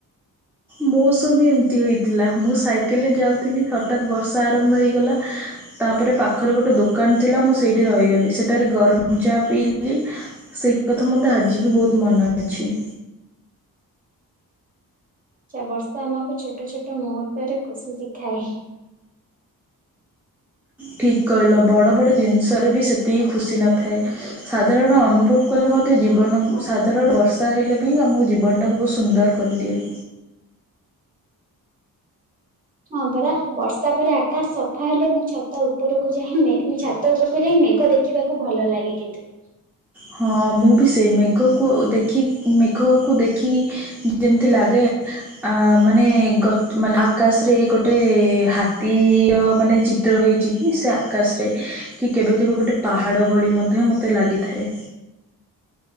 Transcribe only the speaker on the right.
ବର୍ଷା ଆମକୁ ଛୋଟ ଛୋଟ ମୁହୂର୍ତ୍ତରେ ଖୁସି ଶିଖାଏ।
ହଁ
ପରା
ହଁ ପରା ବର୍ଷା ପରେ ଆକାଶ ସଫା ହେଲେ ମୁଁ ଛାତ ଉପରକୁ ଯାଇ ମୁଁ ଛାତ ଉପରକୁ ଯାଇ ମେଘ ଦେଖି ଦେଖିବାକୁ ଭଲ ଲାଗେ କିନ୍ତୁ।